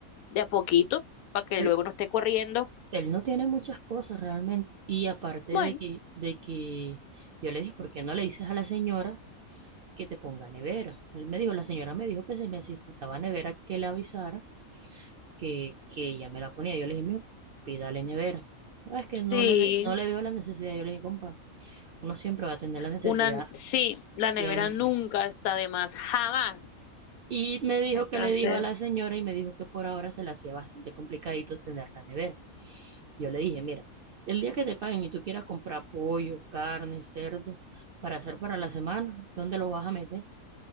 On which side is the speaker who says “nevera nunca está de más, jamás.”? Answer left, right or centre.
Left